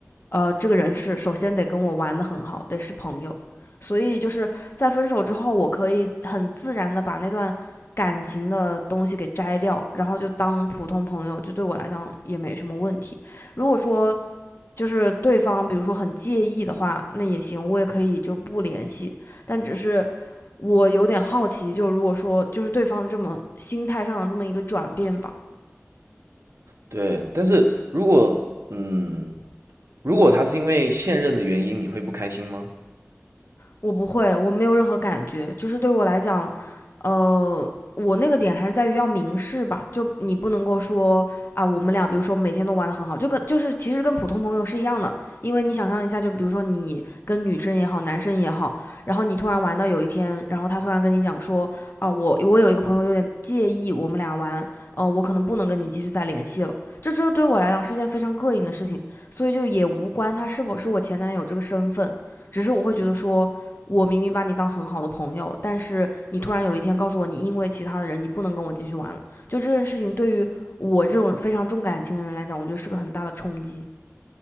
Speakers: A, on the left; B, on the right.
A: 呃，这个人是首先得跟我玩的很好，得是朋友。所以就是在分手之后，我可以很自然的把那段感情的东西给摘掉，然后就当普通朋友，就对我来讲也没什么问题。如果说就是对方比如说很介意的话，那也行，我也可以就不联系。但只是我有点好奇，就如果说就是对方这么心态上的这么一个转变吧，
B: 对，但是如果嗯，如果他是因为现任的原因，你会不开心吗？
A: 我不会，我没有任何感觉，就是对我来讲，呃，我那个点还是在于要明示吧，就你不能够说啊，我们俩比如说每天都玩的很好，就跟就是其实跟普通朋友是一样的，因为你想象一下，就比如说你跟女生也好，男生也好，然后你突然玩到有一天，然后他突然跟你讲说啊，我我有一个朋友有点介意我们俩玩，呃，我可能不能跟你继续再联系了，这就对我来讲是件非常膈应的事情，所以就也无关他是否是我前男友这个身份，只是我会觉得说。我明明把你当很好的朋友，但是你突然有一天告诉我，你因为其他的人，你不能跟我继续玩了。就这件事情，对于我这种非常重感情的人来讲，我觉得是个很大的冲击。